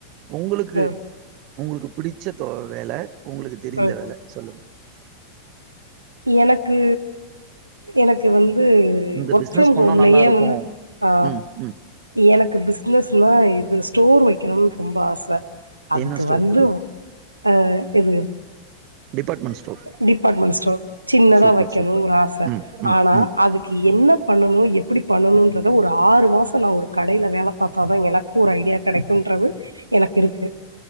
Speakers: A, on the right; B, on the right.
A: உங்களுக்கு
B: ம்
A: உங்களுக்கு பிடிச்ச தோ வேல உங்களுக்கு தெரிந்த
B: ம்
A: வேல சொல்லுங்க
B: எனக்கு எனக்கு வந்து
A: இந்த
B: ஒர்க்
A: பிசினஸ்
B: ஃப்ரம்
A: பண்ணா
B: ஹோம்லயே
A: நல்லா இருக்கும்.
B: ஒண்ணு ஆ
A: ம். ம்.
B: எனக்கு பிஸ்னஸ்னா இது ஸ்டோர் வைக்குணுன் ரொம்ப ஆச அதுக்கு
A: என்ன ஸ்டோர்
B: வந்து
A: தோழி?
B: அ இது
A: டிபார்ட்மெண்ட் ஸ்டோர்.
B: டிபார்ட்மெண்ட் ஸ்டோர் சின்னதா
A: சூப்பர்,
B: வைக்கணுகுற
A: சூப்பர்.
B: ஒரு ஆச
A: ம். ம்.
B: ஆனா
A: ம்.
B: அதுக்கு என்ன பண்ணணு எப்டி பண்ணணுன்றத ஒரு ஆறு மாசோ நா ஒரு கடைல வேல பாத்தாதா எனக்கு ஒரு ஐடியா கெடைக்கும்ன்றது எனக்கு இருக்கு